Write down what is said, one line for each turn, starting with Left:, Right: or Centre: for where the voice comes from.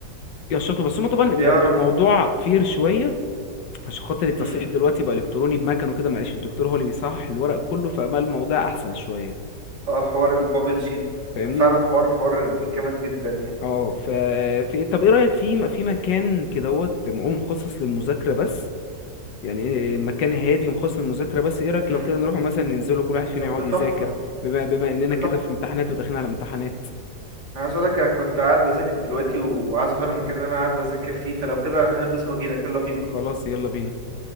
Left: يشطه بس هما طبعا
Right: بيعرف
Left: بيبقى بيبقى الموضوع فير شوية عشان خاطر التصحيح
Right: امم
Left: دلوقتي بقى الكتروني بمكن وكده مبقاش الدكتور هو اللي بيصحح الورق كله فبقى الموضوع احسن شوية
Right: اه حوار البابل شيت
Left: فاهمني
Right: ده فعلا حوار حوار جامد جدا يعني
Left: اه ف في إيه، طب ايه رأيك في في مكان كدهوت معاه مخصص للمذاكرة بس يعني إيه مكان هادي ومخصص للمذاكرة بس ايه رأيك
Right: امم
Left: لو كده نروحوا مثلا ننزلوا كل واحد فينا
Right: طب
Left: يقعد
Right: ده تحفة
Left: يذاكر بما بما اننا
Right: ده تحفة
Left: كده في امتحانات وداخلين على امتحانات
Right: انا عايز اقولك انا كنت قاعد بذاكر دلوقتي وعايز اغير المكان اللي انا قاعد بذاكر فيه فلو كده انا هلبس واجيلك يلا بينا
Left: خلاص يلا بينا